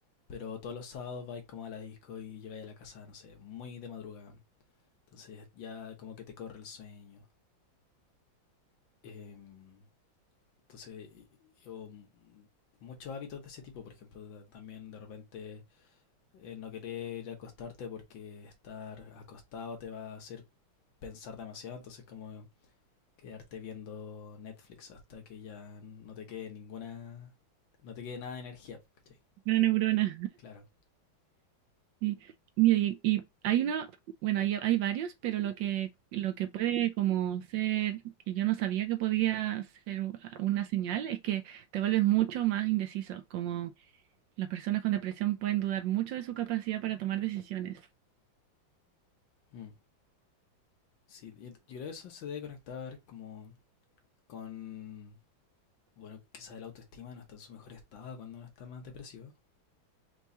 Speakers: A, on the left; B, on the right.
A: Pero todos los sábados vais como a la disco y llegáis a la casa, no sé, muy de madrugada. Entonces ya como que te corre el sueño. Em, entonces, yo muchos hábitos de ese tipo, por ejemplo, también de repente eh, no querer ir a acostarte porque estar acostado te va a hacer pensar demasiado, entonces como quedarte viendo Netflix hasta que ya no te quede ninguna, no te quede nada de energía, ¿cachai?
B: Una neurona.
A: Claro.
B: Y, mira, y, y hay una, bueno, hay, hay varios, pero lo que, lo que puede como ser, que yo no sabía que podía ser u- una señal, es que te vuelves mucho más indeciso, como las personas con depresión pueden dudar mucho de su capacidad para tomar decisiones.
A: Mm. Sí, yo, yo creo que eso se debe conectar como con, bueno, quizás la autoestima no está en su mejor estado cuando uno está más depresivo